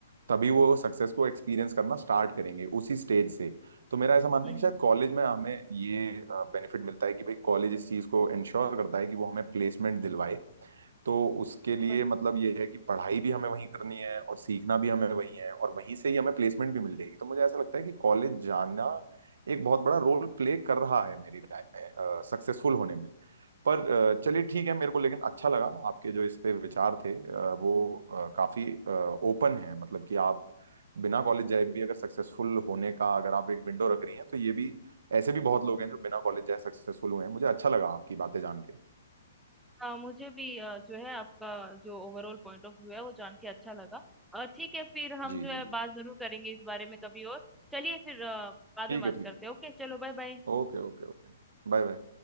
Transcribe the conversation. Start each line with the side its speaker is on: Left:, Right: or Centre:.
Right: तभी वो सक्सेस को एक्सपीरियंस करना स्टार्ट करेंगे उसी स्टेज से तो मेरा ऐसा मानना
Centre: हम्म,
Right: है कि शायद कॉलेज में हमें ये बेनिफिट मिलता है कि भाई कॉलेज इस चीज को इंश्योर करता है कि वो हमें प्लेसमेंट दिलवाए तो उसके लिए
Centre: बिल्कुल।
Right: मतलब ये है कि पढ़ाई भी हमें वहीं करनी है और सीखना भी हमें वहीं है और वहीं से ही हमें प्लेसमेंट भी मिल जाएगी तो मुझे ऐसा लगता है कि कॉलेज जाना एक बहुत बड़ा रोल प्ले कर रहा है मेरी लाइफ में सक्सेसफुल होने में पर अ, चलिए ठीक है मेरे को लेकिन अच्छा लगा आपके जो इस पे विचार थे अ, वो अ, काफी ओपन है मतलब कि आप बिना कॉलेज जाए भी अगर सक्सेसफुल होने का अगर आप एक विंडो रख रही हैं तो ये भी ऐसे भी बहुत लोग हैं जो बिना कॉलेज जाए सक्सेसफुल हुए हैं मुझे अच्छा लगा आपकी बातें जान के
Centre: हाँ मुझे भी अ, जो है आपका जो ओवरऑल पॉइंट ऑफ व्यू है वो जान के अच्छा लगा और ठीक है फिर हम
Right: जी
Centre: जो
Right: जी
Centre: है
Right: जी
Centre: बात जरूर करेंगे इस बारे में कभी और चलिए फिर अ, बाद
Right: ठीक
Centre: में बात
Right: है ठीक
Centre: करते
Right: है।
Centre: हैं ओके चलो बाय बाय
Right: Okay okay okay Bye bye